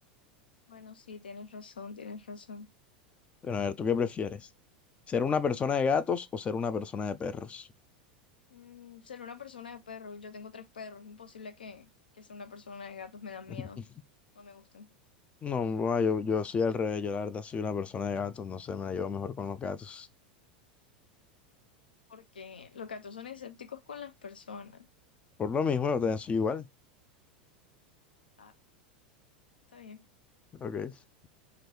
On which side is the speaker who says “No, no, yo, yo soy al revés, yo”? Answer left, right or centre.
Left